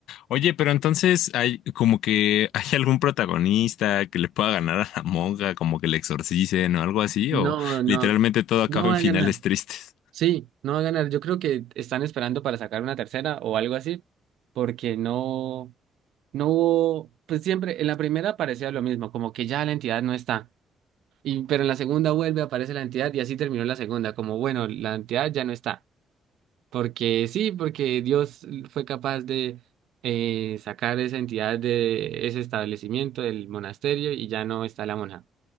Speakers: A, on the left; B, on the right.
A: Oye, pero entonces hay como que hay algún protagonista que le pueda ganar a la monja, como que le exorcicen o algo así,
B: No,
A: o
B: no,
A: literalmente todo acaba
B: no va
A: en
B: a
A: finales
B: ganar.
A: tristes.
B: Sí, no va a ganar. Yo creo que están esperando para sacar una tercera o algo así, porque no, no hubo, pues siempre, en la primera parecía lo mismo, como que ya la entidad no está. Y, pero en la segunda vuelve, aparece la entidad y así terminó la segunda, como bueno, la entidad ya no está. Porque sí, porque Dios fue capaz de eh, sacar esa entidad de ese establecimiento, del monasterio, y ya no está la monja.